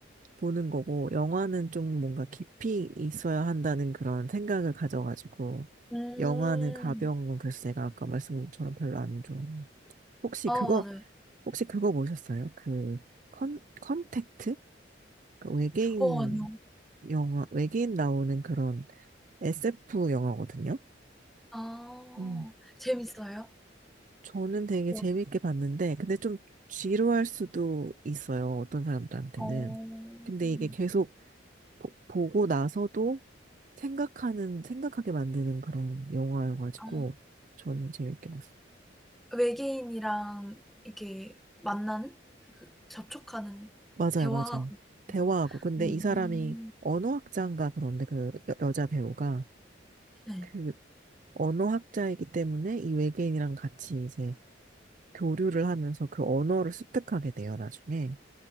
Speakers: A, on the right; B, in the centre.
A: 보는 거고, 영화는 좀 뭔가 깊이 있어야 한다는 그런 생각을 가져가지고,
B: 음.
A: 영화는 가벼운 건 그래서 제가 아까 말씀처럼 별로 안 좋아해요. 혹시
B: 아
A: 그거
B: 맞아요.
A: 혹시 그거 보셨어요? 그 컨, 컨택트? 그 외계인
B: 어 아니요.
A: 영화, 외계인 나오는 그런 SF 영화거든요.
B: 아
A: 음.
B: 재밌어요?
A: 저는 되게
B: 어떤
A: 재밌게 봤는데, 근데 좀 지루할 수도 있어요. 어떤 사람들한테는.
B: 어.
A: 근데
B: 음,
A: 이게 계속 보, 보고 나서도 생각하는, 생각하게 만드는 그런 영화여가지고,
B: 아.
A: 저는 재밌게 봤어요.
B: 외계인이랑 이렇게 만나는? 그 접촉하는
A: 맞아요,
B: 대화하고
A: 맞아요.
B: 그런
A: 대화하고.
B: 거요.
A: 근데
B: 음.
A: 이 사람이 언어학자인가 그런데 그 여, 여자 배우가
B: 네.
A: 그 언어학자이기 때문에 이 외계인이랑 같이 이제 교류를 하면서 그 언어를 습득하게 돼요, 나중에.